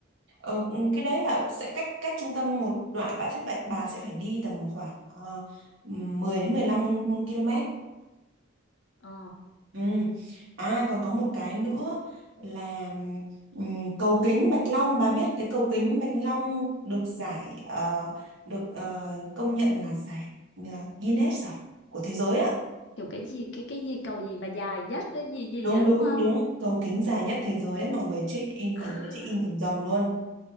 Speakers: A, on the right; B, on the left.
A: Ờ, ừ, cái đấy là sẽ cách cách trung tâm một đoạn bạn sẽ bà, bà sẽ phải đi tầm khoảng uh, 10 đến 15 km
B: ờ
A: Ừ. À còn có một cái nữa là ừm, cầu kính Bạch Long bà biết cái cầu kính Bạch Long được giải ờ, được ờ, công nhận là giải ờ, Guinness à của thế giới ạ
B: kiểu cái gì cái cái gì cầu gì mà dài nhất cái gì gì
A: đúng
B: đó
A: đúng
B: đúng không
A: đúng cầu kính dài nhất thế giới đấy mọi người check in
B: à
A: mọi người đã check in rầm rầm luôn